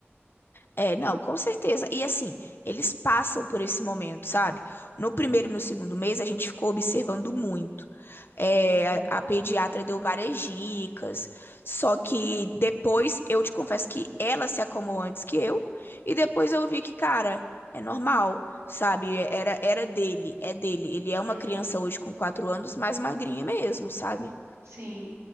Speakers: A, on the left; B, on the right.
A: É, não, com certeza. E assim, eles passam por esse momento, sabe? No primeiro e no segundo mês, a gente ficou observando muito. É,
B: Uhum,
A: a, a pediatra deu várias dicas, só que depois eu te confesso que ela se acalmou antes que eu, e depois eu vi que, cara, é normal, sabe? É, Era, era dele, é dele. Ele é uma
B: uhum,
A: criança hoje com quatro anos, mais magrinha mesmo, sabe?
B: sim.